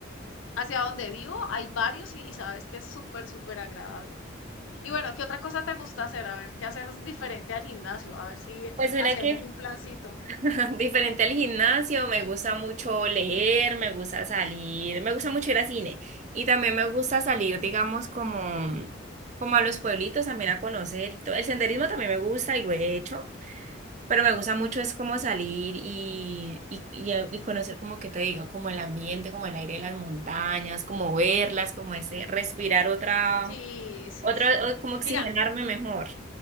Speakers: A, on the left; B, on the right.
A: Hacia donde vivo hay varios y, y sabes que es súper, súper agradable. Y bueno, ¿qué otra cosa te gusta hacer? A ver, ¿qué haces diferente al gimnasio? A ver si
B: Pues mira
A: hacemos
B: que
A: un plancito.
B: <laughs> diferente al gimnasio, me gusta mucho leer, me gusta salir, me gusta mucho ir al cine y también me gusta salir, digamos, como, como a los pueblitos también a conocer. y todo. El senderismo también me gusta y lo he hecho. Pero me gusta mucho es como salir y, y, y, a- y conocer como que te digo, como el ambiente, como el aire de las montañas, como verlas, como ese respirar otra,
A: Sí, sí,
B: otra,
A: sí.
B: o- como oxigenarme
A: Mira,
B: mejor.